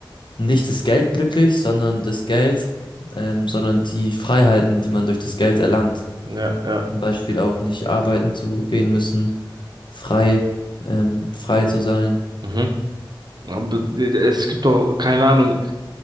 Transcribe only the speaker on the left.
nicht das Geld glücklich, sondern das Geld, ähm, sondern die Freiheiten, die man durch das Geld erlangt.
Zum Beispiel auch nicht arbeiten zu gehen müssen, frei, ähm, frei zu sein